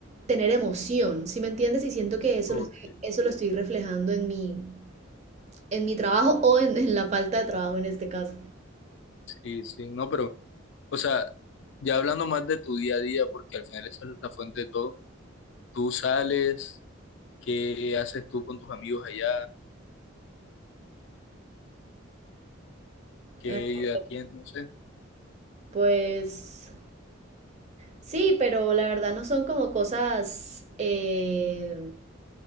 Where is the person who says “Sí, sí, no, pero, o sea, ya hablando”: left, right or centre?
Left